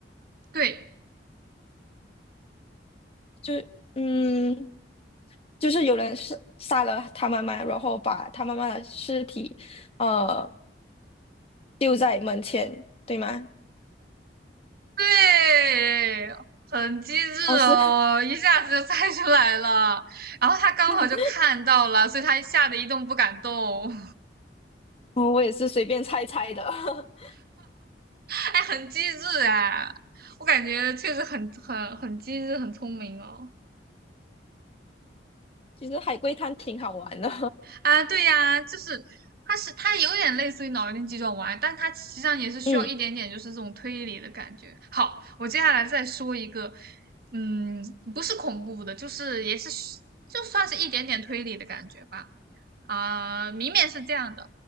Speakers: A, on the right (about 55°); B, on the left (about 35°).
A: 对
B: 就嗯，就是有人是杀了他妈妈，然后把他妈妈的尸体呃丢在门前，对吗？
A: 对，很机智哦，
B: 哦，是，
A: 一下子就猜出来了。然后他刚好就看到了，
B: <laughs>
A: 所以他吓得一动不敢动，
B: 我我也是随便猜猜的。<laughs>
A: <laughs> 哎，很机智哎，我感觉确实很很很机智，很聪明哦。
B: 其实海龟汤挺好玩的。
A: 啊，对呀，就是它是它有点类似于脑力激这种玩意但它实际上也是需要一点点就是这种推理的感觉。
B: <laughs> 嗯
A: 好，我接下来再说一个，嗯，不是恐怖的，就是也是就算是一点点推理的感觉吧。啊、明明是这样的，